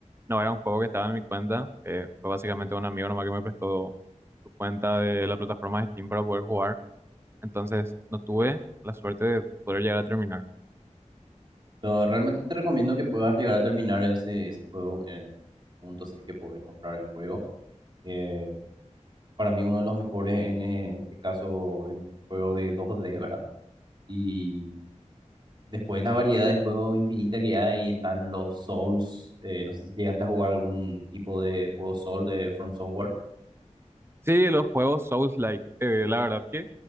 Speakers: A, on the right (about 20°); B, on the right (about 40°).
A: no era un juego que estaba en mi cuenta, eh, fue básicamente un amigo nomás que me prestó su cuenta de la plataforma de Steam para poder jugar, entonces no tuve la suerte de poder llegar a terminar.
B: Pero realmente te recomiendo que puedas llegar a terminar ese, ese juego en punto, sí que puedes comprar el juego. Eh, para mí uno de los mejores en, eh, en este caso el juego de dos d ¿verdad? Y después la variedad de juegos infinita que hay, están los Souls, eh, no sé si llegaste a jugar algún tipo de juego Soul de From Software.
A: Sí, los juegos Souls-like, eh, la verdad que